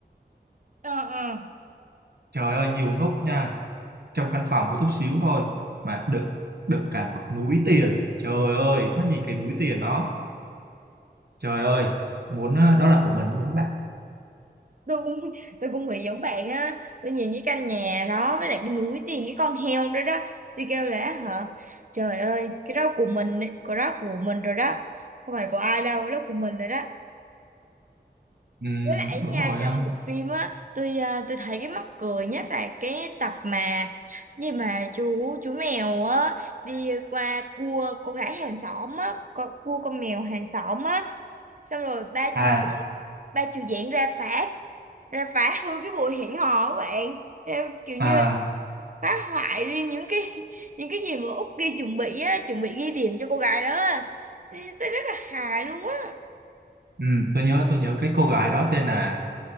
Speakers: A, on the right; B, on the right.
A: Ờ ờ
B: Trời ơi, nhiều nút nha. trong căn phòng có chút xíu thôi mà đựng đựng cả một núi tiền trời ơi mắt nhìn cái núi tiền đó trời ơi muốn ờ, đó là của mình luôn đó bạn
A: tôi cũng tôi cũng nghĩ giống bạn á tôi nhìn cái căn nhà đó với lại cái núi tiền cái con heo đó đó tôi kêu là hả trời ơi cái đó của mình ấy, cái đó của mình rồi đó không phải của ai đâu cái đó của mình rồi đó
B: ừ,
A: với lại ấy
B: đúng
A: nha
B: rồi
A: trong
B: ờ.
A: bộ phim á tôi à, tôi thấy cái mắc cười nhất là cái tập mà gì mà chú chú mèo á đi qua cua cô gái hàng xóm á co- cua con mèo hàng xóm á xong rồi ba
B: à
A: chú ba chú diễn ra phá ra phá hư cái buổi hẹn hò của bạn ra kiểu như
B: à
A: phá hoại riêng những cái <laughs> những cái gì mà Út ghi chuẩn bị á chuẩn bị ghi điểm cho cô gái đó á. thì, thì rất là hài luôn á
B: ừ, tôi nhớ tôi nhớ cái cô gái đó tên là